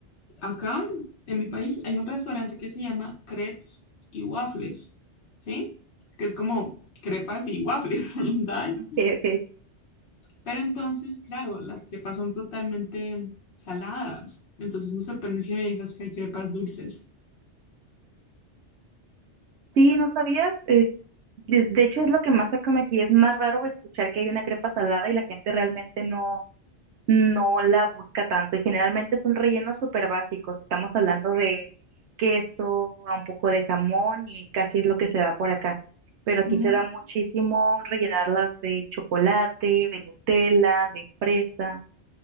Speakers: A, on the left; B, on the right.
A: Acá, en mi país, hay un restaurante que se llama Crepes y Waffles, ¿sí? Que es como crepas y waffles, <laughs> ¿sabes?
B: Ok, ok.
A: Pero entonces, claro, las crepas son totalmente saladas. Entonces me sorprende que me digas que hay crepas dulces.
B: Sí, ¿no sabías? Es, de, de hecho, es lo que más se come aquí, es más raro escuchar que hay una crepa salada y la gente realmente no no la busca tanto y generalmente son rellenos súper básicos. Estamos hablando de queso, a un poco de jamón y casi es lo que se da por acá. Pero aquí
A: Mm,
B: se da muchísimo rellenarlas de chocolate, de Nutella, de fresa.